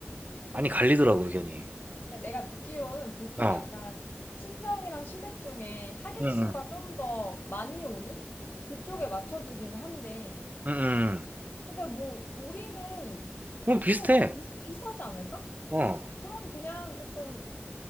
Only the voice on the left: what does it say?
그러니까 내가 듣기로는 보통
약간 친정이랑 시댁 중에 하객
수가 좀 더 많이 오는? 그쪽에 맞춰주긴 한데.
근데 뭐, 우리는 크게
막 비, 비싸지 않을까?
그럼 그냥 조금